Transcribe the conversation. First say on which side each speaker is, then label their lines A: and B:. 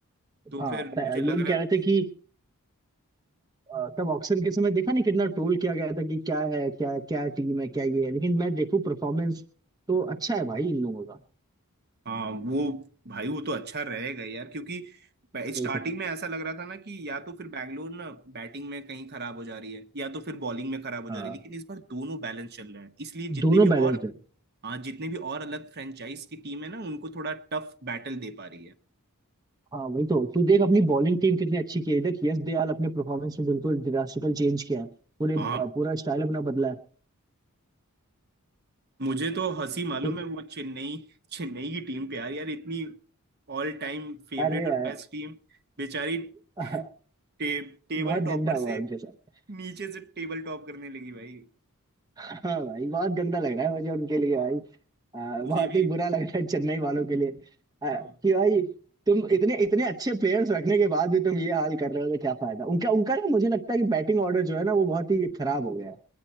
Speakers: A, on the right (about 45°); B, on the right (about 15°).
A: तो
B: हाँ
A: फिर
B: प-
A: मुझे
B: लोग
A: लग रहा
B: कह
A: था
B: रहे थे
A: कि
B: कि अ, तब ऑक्शन के समय देखा नहीं कितना ट्रोल किया गया था कि क्या है क्या क्या टीम है क्या ये है लेकिन मैं देखूं परफॉर्मेंस तो अच्छा है भाई इन लोगों का
A: हाँ वो भाई वो तो अच्छा रहेगा यार क्योंकि स्टार्टिंग
B: वही तो
A: में ऐसा लग रहा था ना कि या तो फिर बैंगलोर ना बैटिंग में कहीं खराब हो जा रही है या तो फिर बॉलिंग में खराब हो जा
B: हाँ
A: रही है लेकिन इस बार दोनों बैलेंस चल रहे हैं इसलिए जितने
B: दोनों
A: भी और
B: बैलेंस्ड है
A: हाँ जितने भी और अलग फ्रेंचाइज की टीम है ना उनको थोड़ा टफ बैटल दे पा रही है
B: हाँ वही तो तू देख अपनी बॉलिंग टीम कितनी अच्छी की है देख यश दयाल अपने परफॉर्मेंस में बिल्कुल ड्रास्टिकल चेंज किया है पूरे
A: हाँ
B: पूरा स्टाइल अपना बदला है
A: मुझे तो हंसी मालूम
B: देख
A: है वो चेन्नई चेन्नई की टीम पे यार यार इतनी ऑल टाइम फेवरेट
B: अरे
A: और
B: अ,
A: बेस्ट टीम बेचारी <laughs>
B: <laughs>
A: टे, टेबल
B: बहुत गंदा
A: टॉपर
B: हुआ
A: से
B: उनके साथ
A: नीचे से टेबल टॉप करने लगी भाई
B: हाँ भाई बहुत गंदा लग रहा है मुझे उनके लिए भाई आ,
A: मुझे
B: बहुत
A: भी
B: ही बुरा लग रहा है चेन्नई वालों के लिए आ,
A: हम्म।
B: कि भाई तुम इतने इतने अच्छे प्लेयर्स रखने के बाद भी तुम ये हाल कर रहे हो तो क्या फायदा उनका उनका ना मुझे लगता है कि बैटिंग ऑर्डर जो है ना वो बहुत ही खराब हो गया है